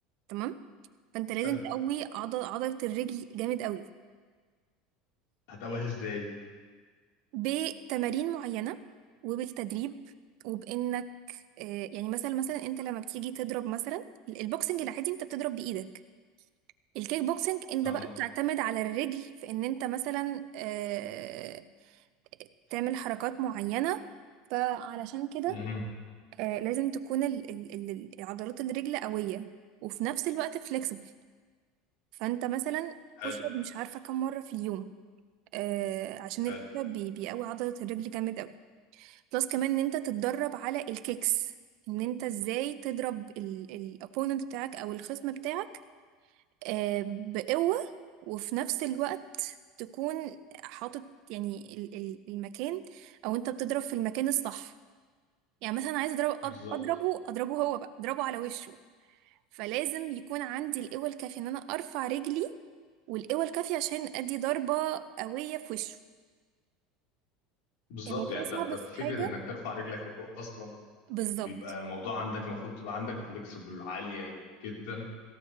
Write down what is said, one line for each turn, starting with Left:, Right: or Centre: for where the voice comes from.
Right: تمام فانت لازم
Left: حلو
Right: تقوي عضل عضلة الرجل جامد قوي
Left: هتقويها ازاي؟
Right: بتمارين معينة وبالتدريب وبانك آه، يعني مثلا مثلا انت لما بتيجي تضرب مثلا البوكسنج العادي انت بتضرب بايدك الكيك بوكسنج انت
Left: اها
Right: بقى بتعتمد على الرجل في ان انت مثلا آه، تعمل حركات معينة فعلشان كده
Left: مهم.
Right: آه، لازم تكون ال- ال- ال- العضلات الرجل قوية وفي نفس الوقت فليكسبل فانت مثلا
Left: حلو
Right: بوش اب مش عارفة كم مرة في اليوم آه، عشان
Left: حلو
Right: البوش اب بي- بيقوي عضلة الرجل جامد قوي بلس كمان ان انت تتدرب على الكيكس ان انت ازاي تضرب الopponent بتاعك او الخصم بتاعك آه، بقوة وفي نفس الوقت تكون حاطط يعني ال- ال- المكان او انت بتضرب في المكان الصح يعني مثلا عايز اضرب
Left: بالظبط
Right: أض- اضربه اضربه هو بقى اضربه على وشه فلازم يكون عندي القوة الكافية ان انا ارفع رجلي والقوة الكافية عشان ادي ضربة قوية في وشه
Left: بالظبط
Right: الموضوع
Left: يعني
Right: ده صعب
Left: ده ده فكرة
Right: في حاجة
Left: انك ترفع رجلك لفوق اصلا
Right: بالظبط
Left: بيبقى الموضوع عندك المفروض تبقى عندك فليكسبل عالية جدا